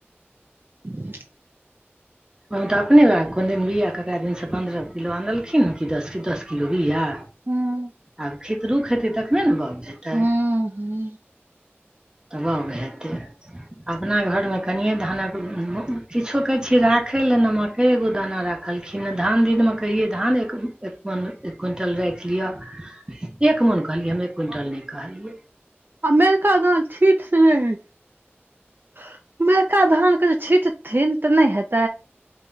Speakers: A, on the right (about 50°); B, on the right (about 20°).
A: ह
B: ओहिमे तऽ अपने कोन दिन बीआ आनलखिन पन्द्रह किलो आनलखिन कि दस किलो बिआ
A: हूँ
B: आब खेत रूख रहतै, तखने ने बाग रहतै।
A: हूँ हूँ
B: तब बाग हेतै अपना घरमे कनिये धान राखै छी की राखै लेल ने, एक दाना राखलखिन। हँ, धान दिनमे कहियै धान क्विंटल राखि लिअ एक मोन कहलियै हँ, एक क्विंटल नहि कहलियै।
A: आ मेहका धान छीटसँ नहि होइ छै मेहका धानके जे छीट थीन तऽ नहि हैते